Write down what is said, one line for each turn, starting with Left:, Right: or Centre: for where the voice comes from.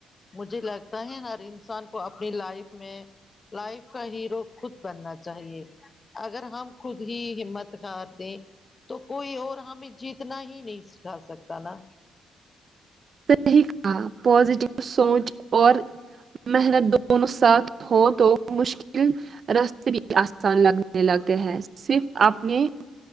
Left: مجھے لگتا ہے ہر انسان کو اپنی لائف میں لائف کا ہیرو خود بننا چاہیے اگر ہم خود ہی ہمت کار دیں تو کوئی اور ہمیں جیتنا ہی نہیں سکھا سکتا نا
Right: صحیح کا پازیٹیو سوچ اور محنت دونوں ساتھ ہو تو مشکل رس آسان لگنے لگتے ہیں صرف اپنے